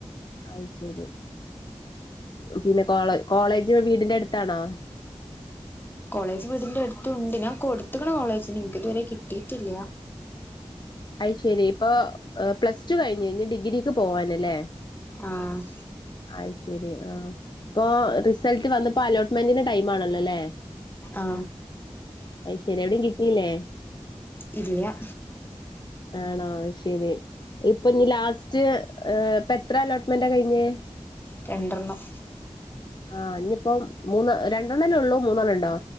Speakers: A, on the left; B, on the left.
A: അത് ശരി, പിന്നെ കോള കോളേജ് വീടിന്റെ അടുത്താണോ?
B: കോളേജ് വീടിന്റെ അടുത്തുണ്ട്. ഞാൻ കൊടുത്ത്ക്ക്ണ് കോളേജില്, ഇൻക്ക് ഇതുവരെ കിട്ടിട്ടില്ല.
A: അയി ശെരി. ഇപ്പൊ പ്ലസ് ടു കഴിഞ്ഞ് ഇനി ഡിഗ്രിക്ക് പോവാന്ല്ലേ?
B: ആഹ്
A: അയ് ശരി, ആ ഇപ്പൊ റിസൾട്ട് വന്നപ്പോ അലോട്ട്മെന്റിന്റെ ടൈം ആണല്ല ല്ലേ?
B: ആഹ്
A: അയ് ശരി എവിടിം കിട്ടീല്ലേ?
B: ഇല്ല.
A: ആണോ, അത് ശരി. ഇപ്പൊ ഇഞ്ഞ് ലാസ്റ്റ് ഇപ്പ എത്ര അലോട്ട്മെന്റ കഴിഞ്ഞേ?
B: രണ്ടെണ്ണം.
A: ആഹ്, ഇഞ്ഞ്പ്പം മൂന്ന് രണ്ടെണ്ണല്ലേ ഉള്ളൂ മൂന്നെണ്ണം ഉണ്ടോ?